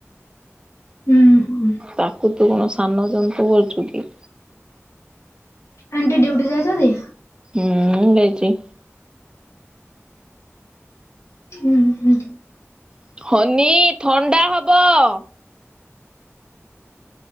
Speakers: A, on the left; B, on the right.
A: ହୁଁ। ହୁଁ
B: ତାକୁ ତୁ କଣ ସାନ ଜନ୍ତୁ ବୋଲ୍ ଚୁ କି।
A: ଆଣ୍ଟି ଡ୍ୟୁଟି ଯାଇଚନ୍ତି?
B: ହୁଁ ଯାଇଚି।
A: ଉଁ -ହୁଁ।
B: <inaudible>